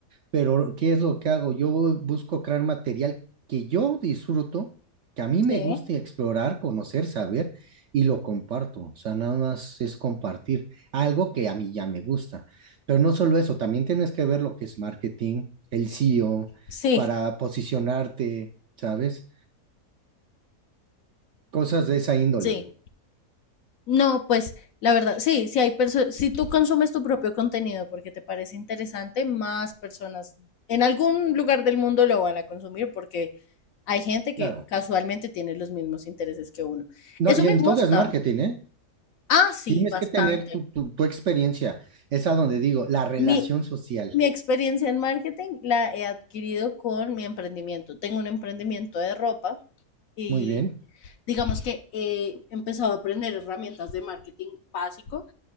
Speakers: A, on the right; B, on the left.
A: Pero, ¿qué es lo que hago? Yo busco crear material que yo disfruto, que a mí me
B: Sí,
A: guste explorar, conocer, saber, y lo comparto. O sea, nada más es compartir algo que a mí ya me gusta. Pero no solo eso, también tienes que ver lo que es marketing, el SEO,
B: sí,
A: para posicionarte, ¿sabes? Cosas de esa índole.
B: sí. No, pues la verdad, sí, si hay perso- si tú consumes tu propio contenido porque te parece interesante, más personas en algún lugar del mundo lo van a consumir porque hay gente que
A: Claro.
B: casualmente tiene los mismos intereses que uno.
A: No,
B: Eso
A: y
B: me
A: en
B: gusta.
A: todo es marketing, ¿eh?
B: Ah, sí,
A: Tienes
B: bastante.
A: que tener tu, tu, tu experiencia. Es a donde digo, la relación
B: Mi,
A: social.
B: mi experiencia en marketing la he adquirido con mi emprendimiento. Tengo un emprendimiento de ropa y
A: Muy bien,
B: digamos que he empezado a aprender herramientas de marketing básico